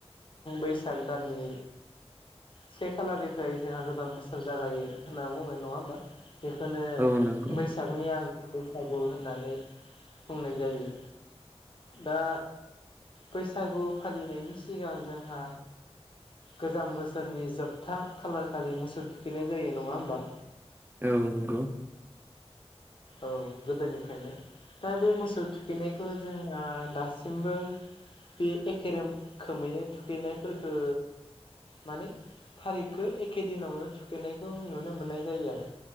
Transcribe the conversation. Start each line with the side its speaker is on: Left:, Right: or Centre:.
Left: बैसाग दाननि से खालारनिफ्राय जोंहा गोदान बोसोर जागायो होनना बुङो। नङा होमबा? बेखौनो
Right: औ नंगौ
Left: बैसागनि आगो बैसागु होननानै बुंनाय जायो। दा बैसागु फालिनायनि सिगां जोंहा गोजाम बोसोरनि जोबथा खालार खालि मोसौ थुखैनाय जायो नङा होमबा?
Right: औ नंगौ।
Left: औ गोदोनिफ्रायनो दा बे मोसौ थुखैनायखौ जोंहा दासिमबो बे एखे रोखोमैनो थुखैनायफोरखौ माने थारिखखौ एखे दिनावनो थुखैनायखौ नुनो मोननाय जायो आरो